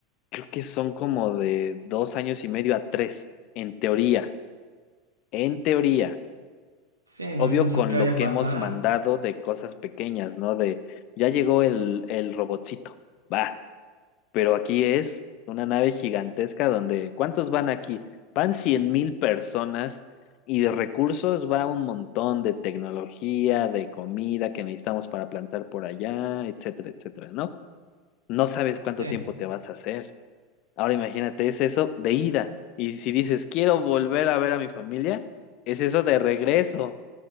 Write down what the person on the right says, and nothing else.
sí, no,
no sabes
qué vaya
a
pasar.
Sí.